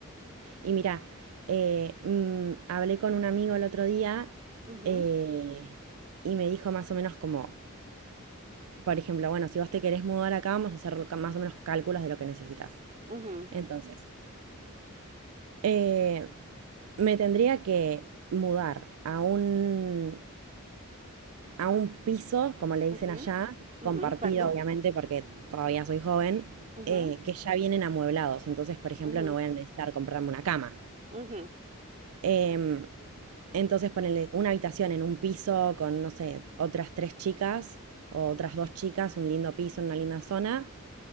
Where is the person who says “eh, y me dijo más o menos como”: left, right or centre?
Right